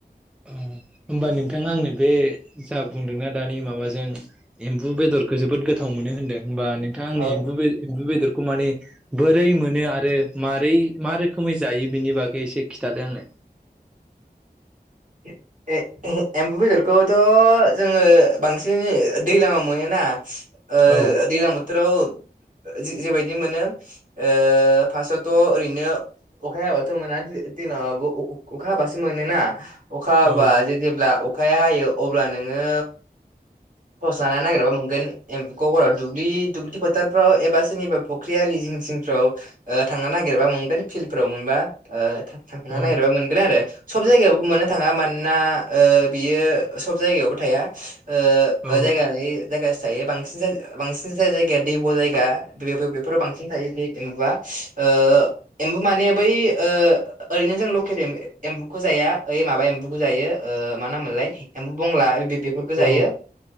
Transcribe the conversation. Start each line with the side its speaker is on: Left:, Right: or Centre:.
Centre: अ होमबा नोंथां आंनो बे जा बुंदोंना दानि माबाजों एम्बु बेदरखौ जोबोद गोथाव मोनो होनदों। होमबा नोंथां आंनि
Right: औ
Centre: एम्बु बे एम्बु बेदर खौ माने बोरै मोनो आरो मारै मा रोखोमै जायो बिनि बागै एसे खिन्थादो आंनो।
Right: <inaudible> ए-ए-एम्बु बेदरखौथ' जोङो बांसिन <unintelligible> दैलाङाव मोनोना ओ
Centre: औ
Right: दैलां बोथोराव ओ जेबायदि मोनो ओ फार्स्टआवथ' ओरैनो अखाया हायाबाथ' मोना दै-दैलांआवबो अ-अ-अखा हाबासो मोनोना अखा हाबा
Centre: औ
Right: जे जेब्ला अखाया हायो अब्ला नोङो थस लाना नागिरबा मोनगोन एम्फौखौ हराव। दुब्लि दुब्लि फोथारफ्राव एबा सोरनिबा फख्रि आलि जिं जिंफ्राव ओ थांना नागिरबा मोनगोन फिलफ्राव मोनबा ओ थां-थांना
Centre: औ
Right: नागिरबा मोनगोन आरो। सब जायगायावबो मोननो थाङा मानोना ओ बियो सब जायगायावबो थाया। ओ
Centre: औ
Right: ओ जायगा लायै जायगायासो थायो। बांसिन जाय बांसिन जा-जायगाया दैब' जायगा बेव-बेव-बेव-बेफोराव बांसिन बे एम्बुआ। ओ एम्बु माने बै ओ ओरैनो जों लकेल ए-एम्बुखौ जाया ओइ माबा एम्बुखौ जायो ओ मा नाममोनला लाय एम्बौ बंला बे-बे-बेफोरखौ जायो
Centre: औ